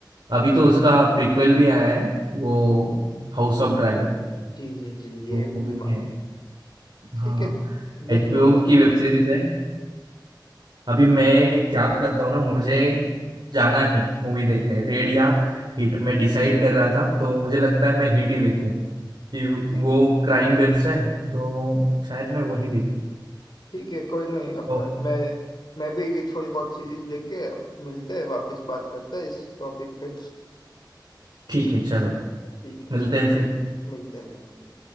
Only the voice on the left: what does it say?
जी जी जी ये
मुझे
मालूम
ठीक
है देख
लूंगा
ठी-
ठीक है कोई नहीं अपन
मैं मैं भी थोड़ी बहुत सीरीज देख के मिलते हैं वापस बात करते हैं इस टॉपिक पे
ठीक है
चलो
मिलते हैं मिलते हैं